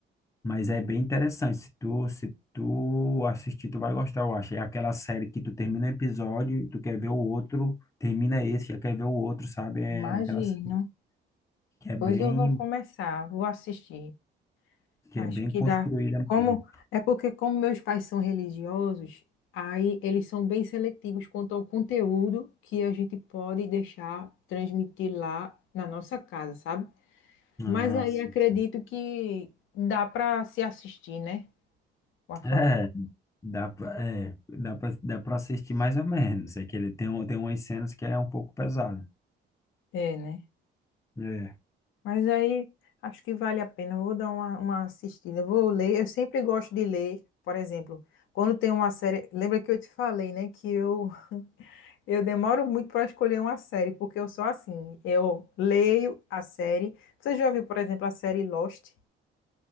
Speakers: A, on the left; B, on the left.
A: Mas é bem interessante. Se tu, se tu assistir, tu vai gostar, eu acho. É aquela série que tu termina um episódio e tu quer ver o outro, termina esse, já quer ver o outro, sabe? É
B: Imagino.
A: aquela série que é bem,
B: Hoje eu vou começar, vou assistir.
A: que
B: Acho
A: é bem
B: que
A: construída
B: dá.
A: mesmo.
B: Como é porque como meus pais são religiosos, aí eles são bem seletivos quanto ao conteúdo que a gente pode deixar transmitir lá na nossa casa, sabe?
A: Ah,
B: Mas aí
A: sim.
B: acredito que dá para se assistir, né? Com a família.
A: É, dá pra, é, dá pra, dá pra assistir mais ou menos. É que ele tem, um- tem umas cenas que é um pouco pesada.
B: É, né?
A: É,
B: Mas aí acho que vale a pena. Eu Vou dar uma, uma assistida. Eu Vou ler. Eu sempre gosto de ler, por exemplo, quando tem uma série. Lembra que eu te falei, né? Que eu Eu demoro muito para escolher uma série, porque eu sou assim. Eu leio a série. Você já viu, por exemplo, a série Lost?